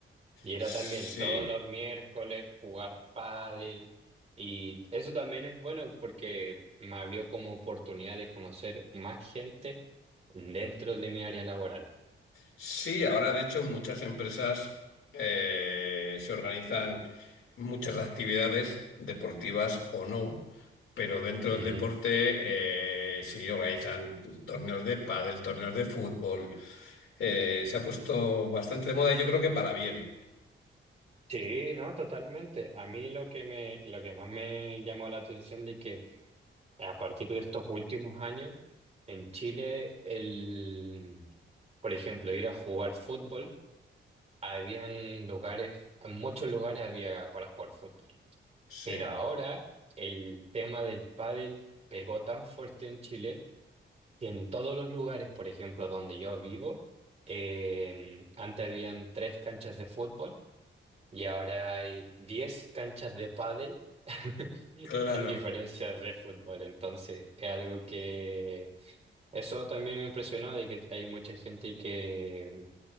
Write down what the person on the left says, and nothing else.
Sí.
Sí, ahora de hecho muchas empresas eh, se organizan muchas actividades deportivas o no, pero dentro del
deporte eh, sí organizan torneos de pádel, torneos de fútbol. Eh, se ha puesto bastante de moda y yo creo que para bien.
Sí,
claro.